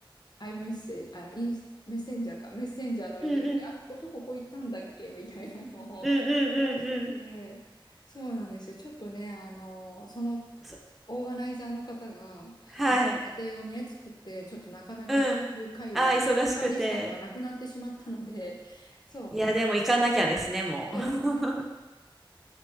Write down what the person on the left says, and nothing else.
アイメッセージ、あの、インス、メッセンジャーか、メッセンジャーの履歴で、
あ、こことここ行ったんだっけみたいなのを、
探してて、そうなんですよ。ちょっとね、あの、その
オーガナイザーの方が、
あ、家庭をね、作って、ちょっとなかなかそういう会を頻繁にしたのがなくなってしまったので、
<laughs> そう、
だから
そうですね。